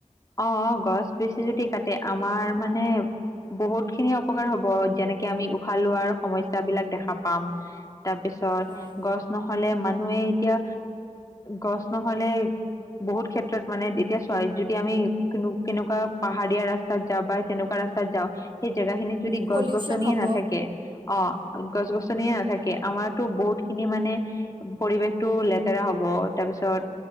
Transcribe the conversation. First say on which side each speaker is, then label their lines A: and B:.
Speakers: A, on the left (about 25°); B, on the right (about 35°).
A: অ', অ', গছ বেছি যদি কাটে আমাৰ মানে বহুত খিনি অপকাৰ হ'ব, যেনেকে আমি উশাহ লোৱাৰ সমস্যাবিলাক দেখা পাম। তাৰপিছত
B: হয়
A: গছ নহ'লে মানুহে এতিয়া গছ নহ'লে বহুত ক্ষেত্ৰত মানে এতিয়া চোৱা য যদি আমি কোনো-কেনেকুৱা পাহাৰীয়া ৰাস্তাত যাওঁ বা তেনেকুৱা ৰাস্তাত যাওঁ সেই জেগাখিনি যদি
B: পলিউশ্যন
A: গছ-গছনিয়ে
B: হ'ব
A: নাথাকে অ', গছ-গছনিয়ে নাথাকে, আমাৰতো বহুত খিনি মানে পৰিৱেশটো লেতেৰা হ'ব, তাৰপিছত